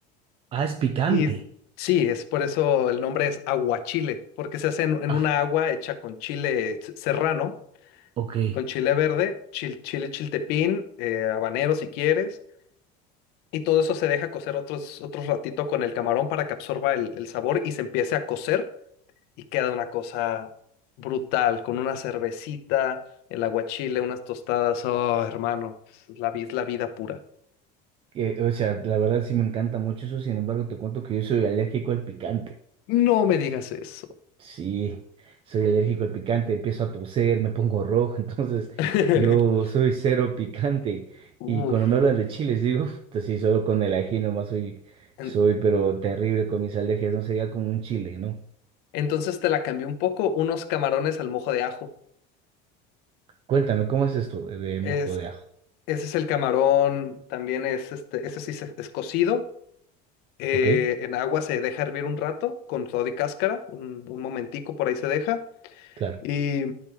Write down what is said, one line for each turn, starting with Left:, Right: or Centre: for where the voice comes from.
Right: Ah, es picante.
Left: y sí, es por eso el nombre es aguachile, porque se hace en, en
Right: Ah,
Left: una agua hecha con chile s- serrano,
Right: ok.
Left: con chile verde, chil- chile chiltepín, eh, habanero si quieres, y todo eso se deja cocer otros, otros ratito con el camarón para que absorba el, el sabor y se empiece a cocer y queda una cosa brutal, con una cervecita, el aguachile, unas tostadas, oh hermano, es la, vi- es la vida pura.
Right: Que, o sea, la verdad sí me encanta mucho eso, sin embargo te cuento que yo soy alérgico al picante.
Left: No me digas eso.
Right: Sí, soy alérgico al picante, empiezo a toser, me pongo rojo, <laughs> entonces
Left: <laughs>
Right: yo soy cero picante.
Left: Uf.
Right: Y cuando me hablan de chiles, digo, <laughs> pues sí, solo con el ají nomás soy,
Left: En-
Right: soy pero terrible con mis alergias, no sería como un chile, ¿no?
Left: Entonces te la cambié un poco, unos camarones al mojo de ajo.
Right: Cuéntame, ¿cómo es esto de, de mojo
Left: Es,
Right: de
Left: e,
Right: ajo?
Left: ese es el camarón, también es este, ese sí se- es cocido. eh,
Right: ¿Ok?
Left: en agua se deja hervir un rato con todo y cáscara, un, un momentico por ahí se deja.
Right: Claro.
Left: Y